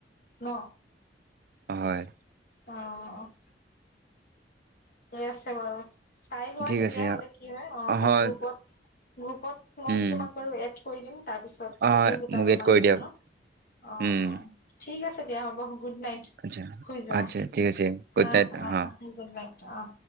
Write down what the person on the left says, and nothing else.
ন?
অঁ। ঠিকে আছে বাৰু, চাই লোৱা
তেতিয়াহ'লে
কি হয়, অঁ
মই গ্ৰুপত গ্ৰুপত, মই
তোমাক বাৰু এড কৰি দিম। তাৰপিছত
তুমিও গোটাবা
মানুহ
চানুহ। অঁ
অ, ঠিক আছে দিয়া হ'ব, গুড নাইট।
শুই যোৱা
অ',
অ',
গুড নাইট, অঁ।